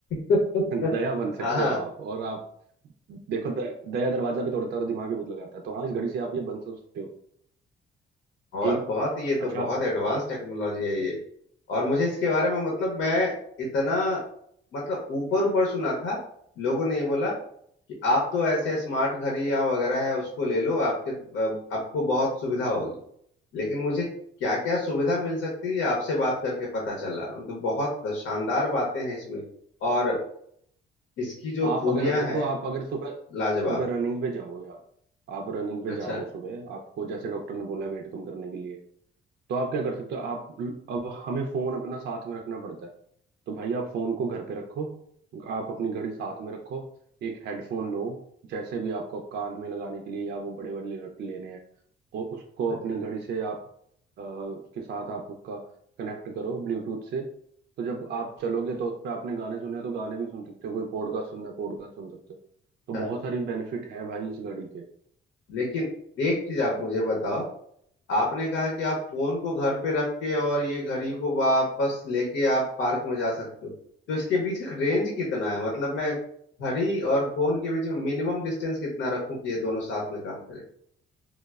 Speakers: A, on the left (about 85°); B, on the right (about 60°).
A: <laughs>
B: <laughs> दया बन सकते
A: हाँ
B: हो आप और आप देखो द, दया दरवाजा भी तोड़ता है और दिमाग भी बहुत लगाता है तो हाँ इस घड़ी से आप ये बन तो सकते हो
A: बहुत
B: एक
A: बहुत ये तो
B: अच्छा
A: बहुत एडवांस टेक्नोलॉजी है ये और मुझे इसके बारे में मतलब मैं इतना मतलब ऊपर ऊपर सुना था लोगों ने ये बोला कि आप तो ऐसे स्मार्ट घड़ी या वगैरह है उसको ले लो आपके अ, आपको बहुत सुविधा होगी लेकिन मुझे क्या क्या सुविधा मिल सकती है ये आपसे बात करके पता चला तो बहुत शानदार बातें हैं इसमें और इसकी जो
B: आप
A: खूबियां
B: अगर देखो
A: हैं
B: आप अगर सुबह सुबह
A: लाजवाब है
B: रनिंग पे जाओगे आप आप रनिंग पे
A: अच्छा
B: जा रहे हो सुबह आपको जैसे डॉक्टर ने बोला वेट कम करने के लिए तो आप क्या कर सकते हो आप अब हमें फोन अपना साथ में रखना पड़ता है तो भाई आप फोन को घर पे रखो आप अपनी घड़ी साथ में रखो एक हेडफोन लो जैसे भी आपको आप कान में लगाने के लिए या वो बड़े बड़े रख लेने हैं और उसको
A: अच्छा
B: अपनी घड़ी से आप अ, उसके साथ आप उसका कनेक्ट करो ब्लूटूथ से तो जब आप चलोगे तो उस पर आपने गाने सुने हैं, तो गाने भी सुन सकते हो कोई पॉडकास्ट सुनना है पॉडकास्ट सुन सकते हो तो
A: अच्छा
B: बहुत सारी बेनिफिट है भाई इस घड़ी के
A: लेकिन एक चीज आप मुझे बताओ आपने कहा कि आप फोन को घर पे रख के और ये घड़ी को वापस लेके आप पार्क में जा सकते हो तो इसके बीच का रेंज कितना है मतलब मैं घड़ी और फोन के बीच में मिनिमम डिस्टेंस कितना रखूं कि ये दोनों साथ में काम करें